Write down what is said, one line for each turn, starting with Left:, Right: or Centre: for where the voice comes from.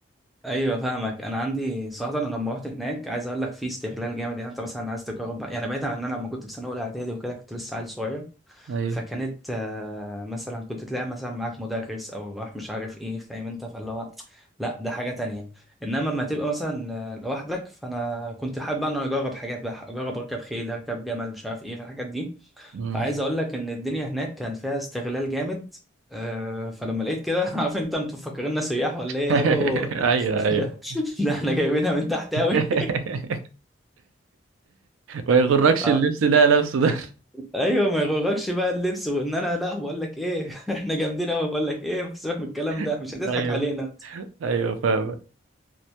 Centre: ايوه فاهمك انا عندي صراحه انا لما رحت هناك عايز اقول لك في استغلال جامد يعني انت مثلا عايز تجرب بقى- يعني بعيدا عن ان انا لما كنت في سنه اولى اعدادي وكده كنت لسه عيل صغير
Right: ايوه
Centre: فكانت آه، مثلا كنت تلاقي مثلا معاك مدرس او راح مش عارف ايه فاهم انت فاللي هو لا ده حاجه تانية انما لما تبقى مثلا آه، لوحدك فانا كنت حابب ان انا اجرب حاجات بقى اجرب اركب خيل اركب جمل مش عارف ايه فالحاجات دي
Right: مم.
Centre: فعايز اقول لك ان الدنيا هناك كان فيها استغلال جامد آه، فلما لقيت كده <laughs> عارف انت انتوا مفكريننا سياح ولا ايه
Right: <laughs>
Centre: قالوا <laughs>
Right: ايوه ايوه
Centre: ده ده احنا جايبينها من تحت
Right: <laughs>
Centre: قوي
Right: ما يغركش
Centre: <laughs>
Right: اللبس ده لابسه ده
Centre: ايوه ما يغركش بقى اللبس وان انا لا بقول لك ايه <laughs> احنا جامدين قوي بقول لك ايه سيبك من الكلام ده
Right: <laughs>
Centre: مش هتضحك
Right: ايوه
Centre: علينا انت
Right: ايوه فاهم